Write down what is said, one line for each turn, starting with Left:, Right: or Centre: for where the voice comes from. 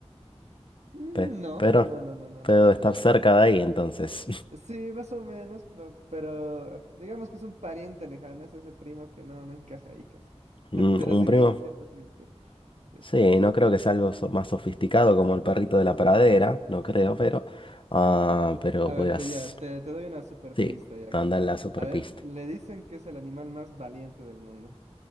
Right: Mm,
Left: Pe-
Right: No,
Left: pero,
Right: no, no, no, no,
Left: pero
Right: no,
Left: estar
Right: no, no.
Left: cerca de ahí, entonces. <laughs>
Right: Sí, más o menos, pe- pero digamos que es un pariente lejano, es ese primo que no, no encaja ahí casi.
Left: Mm,
Right: <laughs> Pero
Left: ¿Un
Right: sí,
Left: primo?
Right: tiene cierta similitud. sí.
Left: Sí, no creo que sea algo so- más sofisticado como el perrito de la pradera, no creo, pero. ah, pero
Right: A
Left: podrías.
Right: ver, te, ya, te, te doy una super
Left: Sí,
Right: pista ya
Left: andar
Right: acá.
Left: en la superpista.
Right: A ver, le dicen que es el animal más valiente del mundo.